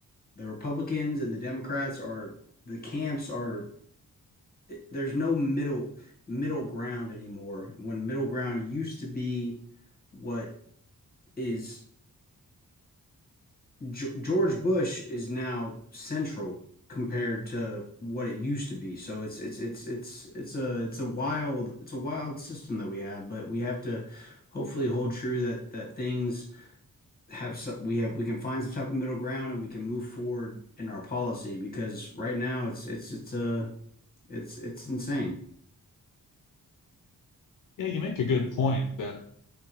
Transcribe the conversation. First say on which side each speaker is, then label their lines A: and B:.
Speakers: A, on the left; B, on the left.
A: the Republicans and the Democrats are the camps are there's no middle middle ground anymore when middle ground used to be what is G George Bush is now central compared to what it used to be. So it's it's it's it's it's a it's a wild it's a wild system that we have, but we have to hopefully hold true that that things have some we have we can find some type of middle ground and we can move forward in our policy because right now it's it's it's a it's it's insane.
B: Yeah, you make a good point that